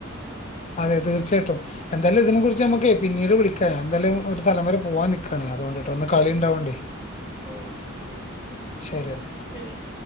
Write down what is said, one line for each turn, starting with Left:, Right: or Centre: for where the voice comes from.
Left: അതെ തീർച്ചയായിട്ടും എന്തായാലും ഇതിനെ കുറിച്ചേ ഞമ്മക്കേ പിന്നീട് വിളിക്കാ ഞാൻ എന്താലും ഒരു സ്ഥലം വരെ പോവാൻ നിക്കാണെ അതോണ്ട്ട്ടോ ഇന്ന് കളിണ്ടാവൊണ്ടേ
Right: ഓവാട്ട് ശെരി
Left: ശരിയെന്നാ
Right: ശെരിന്നാ